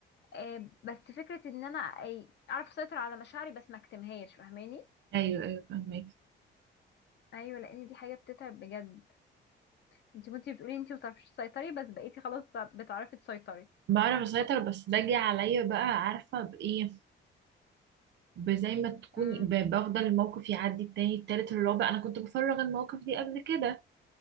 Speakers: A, on the left (about 60°); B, on the right (about 65°).
A: آه بس فكرة ان انا آه، اعرف اسيطر على مشاعري بس ما اكتمهاش فاهماني
B: ايوه ايوه فهمك
A: ايوه لان دي حاجة بتتعب بجد انت كنتي بتقولي انت ما بتعرفيش تسيطري بس بقيتي خلاص بتعرفي تسيطري
B: بعرف اسيطر بس باجي عليا بقى عارفه بايه بزي ما تكوني
A: امم
B: ب- بفضل الموقف يعدي التاني التالت الرابع انا كنت بفرغ المواقف دي قبل كده